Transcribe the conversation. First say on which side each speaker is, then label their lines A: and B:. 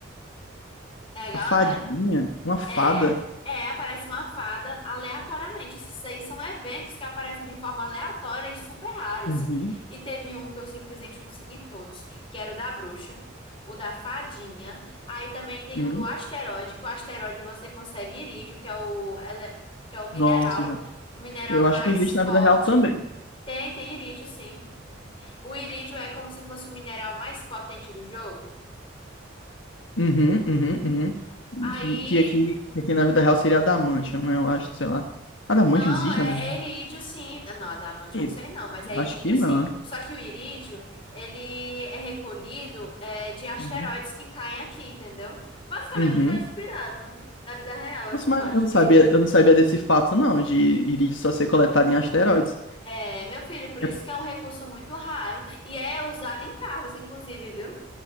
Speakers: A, on the left (about 25°); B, on the left (about 75°).
A: Legal,
B: A fadinha?
A: né?
B: Uma fada?
A: É, é, aparece uma fada aleatoriamente. Isso aí são eventos que aparecem de forma aleatória e super raros.
B: Uhum,
A: E teve um que eu simplesmente consegui todos, que era o da bruxa, o da fadinha. Aí também tem
B: uhum.
A: o do asteroide, que o asteroide você consegue irídio, que é o, ele- que é o mineral
B: Nossa, já.
A: o mineral
B: Eu
A: mais
B: acho que existe na
A: forte
B: vida real também.
A: Tem, tem irídio, sim. O irídio é como se fosse o mineral mais potente do jogo.
B: Uhum, uhum, uhum. E
A: Aí,
B: Que, que aqui, que aqui na vida real seria Adamantium, né? Eu acho, sei lá. Adamantium
A: não,
B: existe
A: é,
B: na vida
A: é irídio, sim. Ah, Não, adamante
B: real?
A: eu não sei não, mas é
B: Acho
A: irídio,
B: que
A: sim.
B: não. né?
A: Só que o irídio, ele é recolhido é, de asteroides
B: Uhum.
A: que caem aqui, entendeu? Basicamente
B: Uhum.
A: foi inspirado na vida real essa
B: Nossa, mas
A: parte
B: eu não sabia,
A: do irídio.
B: eu não sabia desse fato, não, de irídio só ser coletado em asteroides.
A: É, meu filho, por isso
B: É,
A: que é um recurso muito raro e é usado em carros, inclusive, viu?